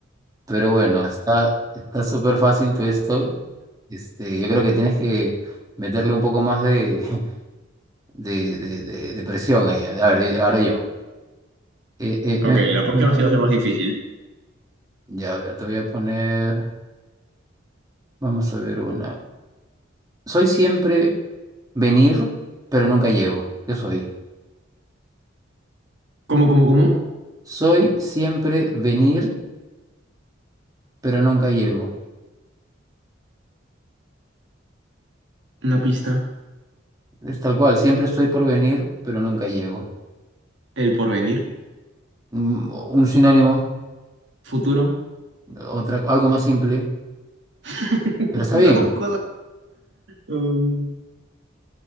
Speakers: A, on the right; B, on the right.
A: pero bueno, está está súper fácil todo esto. Este, yo creo que tienes que meterle un poco más de, <laughs> de, de, de- de presión ahí. A ver, y ahora yo. Eh, eh,
B: Ok,
A: eh,
B: la próxima
A: mm,
B: sí va a ser más difícil.
A: ya, a ver, te voy a poner, vamos a ver una. Soy siempre venir, pero nunca llego. ¿Qué soy.
B: ¿Cómo, cómo, cómo?
A: Soy siempre venir, pero nunca llego.
B: Una pista.
A: Es tal cual, siempre estoy por venir, pero nunca llego.
B: El porvenir.
A: mm, un sinónimo,
B: Futuro.
A: otra, algo más simple,
B: <laughs>
A: pero está bien.
B: Cosa- um,